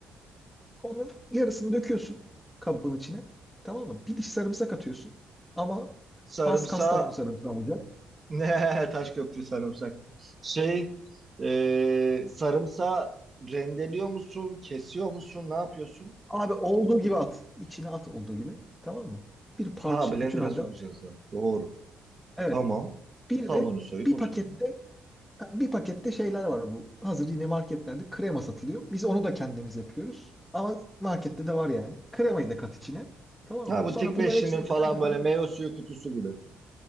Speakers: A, in the centre; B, on the right.
A: Onun yarısını döküyorsun kabın içine. Tamam mı? Bir diş sarımsak atıyorsun. Ama
B: Sarımsa
A: has Kastamonu sarımsağı olacak.
B: <laughs> ne Taşköprü sarımsak. Şey e, sarımsağı rendeliyor musun? Kesiyor musun? Ne yapıyorsun?
A: Abi olduğu gibi at. İçine at olduğu gibi. Tamam mı? Bir parça
B: Ha blender'a
A: bütün halde
B: sokacağız
A: at.
B: da. Doğru.
A: Evet.
B: Tamam.
A: Bir
B: Kabuğunu
A: de
B: soyup
A: bir
B: atıyorum.
A: pakette bir pakette şeyler var bu. Hazır yine marketlerde krema satılıyor. Biz onu da kendimiz yapıyoruz. Ama markette de var yani. Kremayı da kat içine. Tamam
B: Ha
A: mı?
B: bu
A: Sonra
B: tik
A: bunların
B: beşlinin
A: hepsini
B: falan
A: blenderdan
B: böyle meyve
A: geçir.
B: suyu kutusu gibi.